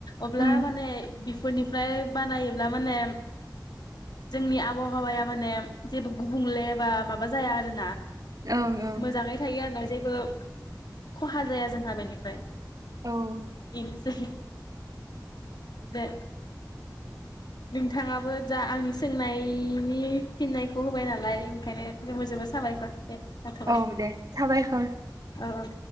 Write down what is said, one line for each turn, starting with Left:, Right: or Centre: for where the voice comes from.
Left: अब्ला
Right: उम
Left: माने बेफोरनिफ्राय बानायोब्ला माने जोंनि आबहावाया माने जेबो गुबुंले बा माबा जाया आरोना
Right: ओं
Left: मोजाङै थायो आरोना जेबो खहा जाया जोंहा बेनिफ्राय
Right: ओं औ
Left: इनोसै बे नोंथाङाबो जा आंनि सोंनायनि फिननायखौ होबाय नालाय ओंखायनो जोबोर जोबोद साबायखर जाथ'बाय
Right: औ दे साबायखर
Left: औ औ